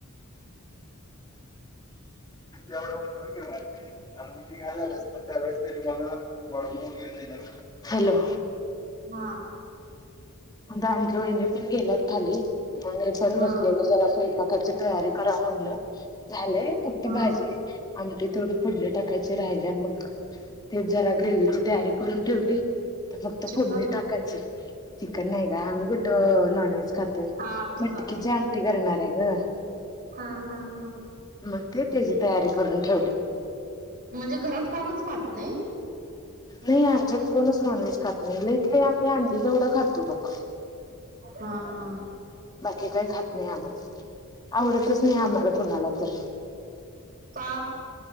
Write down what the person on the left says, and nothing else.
एवढं म कारणी काय झालं अस त्यावेळेस त्यांनी मला वळ वगैरे दि हॅलो
आता आमच्या वहिनी पण गेलात. खाली मग मी पण
बसलेलं जरा स्वयंपाकाची तयारी करा म्हणलं. झालेय फक्त
भाजी आमटी थोडी फोडले टाकायची राहिल्या मग तेच जरा ग्रेव्ही ची तयारी करून ठेवते फक्त
फोडणी टाकायचं. चिकन नाही का आमही कुठं नॉन व्हेज खातोय.
मटकीची
आमटी करणार आहे गं.
मग ते त्याची तयारी करून ठेवली.
नाही आमच्यात कोणच नॉनव्हेज खात नाही लईत लई आम्ही अंडी तेवढं खातो बघ
बाकी काही खात नाही आम्ही आवडतच नाही आम्हाला कोणाला तर